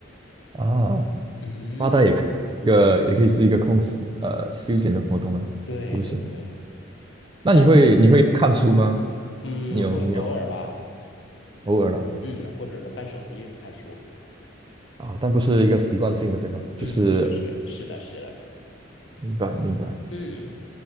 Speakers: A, on the right; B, on the left.
A: 啊。
B: 嗯，
A: 发呆也可一个也可以是一个空时呃休闲的活动啊，
B: 对对对，
A: 是不是？那你会你会看书吗？
B: 哎，嗯，
A: 你有你有
B: 会偶尔吧，
A: 偶尔了
B: 嗯，或者是翻手机看书。
A: 啊，但不是一个习惯性的，对吧？就是
B: 嗯，确实是的，是的。
A: 明白明白，
B: 嗯，